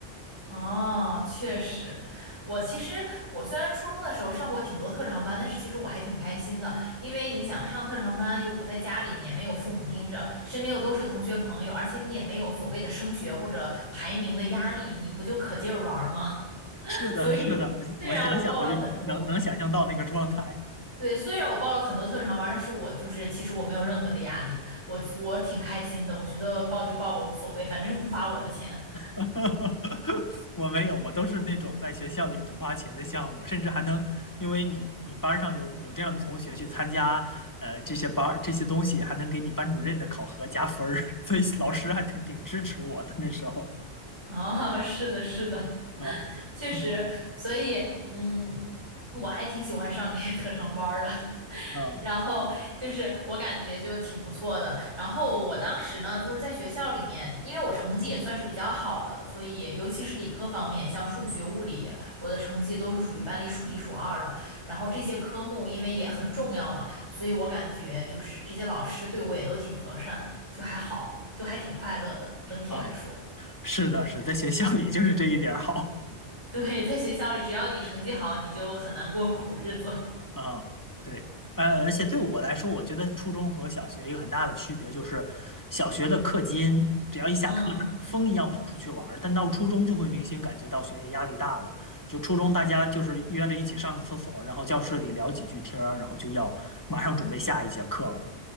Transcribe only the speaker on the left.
是的，
是的，我想想我就能能想象到那个状态。
<laughs> 我没有，我都是那种在学校里不花钱的项目，甚至还能因为你你班儿上有有这样的同学去参加，呃，这些班儿这些东西，还能给你班主任的考核加分儿，<laughs> 所以老师还挺挺支持我的那时候。
啊，
嗯
啊
啊，是的，是在学校里就是这一点儿好。
啊，对，呃，而且对我来说，我觉得初中和小学一个很大的区别就是，小学的课间只要一下课，
大风一样跑出去玩儿但到初中就会明显感觉到学业压力大了。就初中大家就是约着一起上个厕所，然后教室里聊几句天儿然后就要马上准备下一节课了，